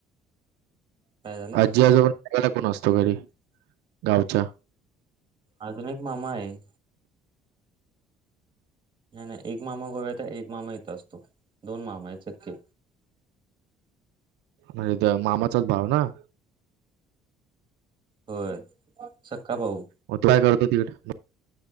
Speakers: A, on the right; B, on the right.
A: काय झालं
B: आजी आजोबा ला बघायला कोण असतो घरी गावच्या?
A: अजून एक मामा आहे. नाही नाही एक मामा गोव्यात एक मामा इथं असतो दोन मामा सक्के.
B: आणि त्या मामाचाच भाव ना.
A: होय सक्का भाऊ.
B: मग तो काय करतो तिकडं?